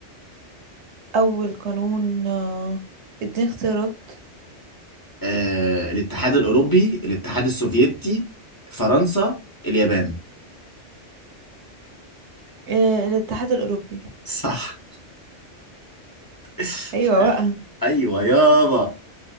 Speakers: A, on the right; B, on the left.
A: اول قانون آه، اديني اختيارات
B: آه، الاتحاد الاوروبي الاتحاد السوفيتي فرنسا اليابان
A: آه، الاتحاد الاوروبي
B: صح <laughs>
A: ايوه بقى
B: ايوه يابا